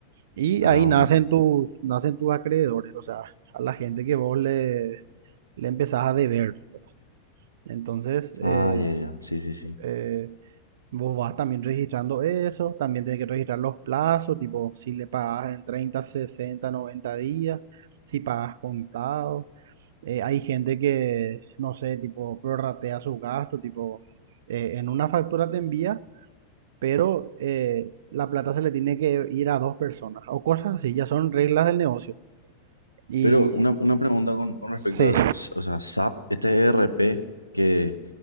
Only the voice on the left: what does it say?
Ah,
ok.
Ah,
ya, ya. Sí, sí, sí.
Pero una, una pregunta con, con respecto
a eso. O sea, SAP, este ERP, que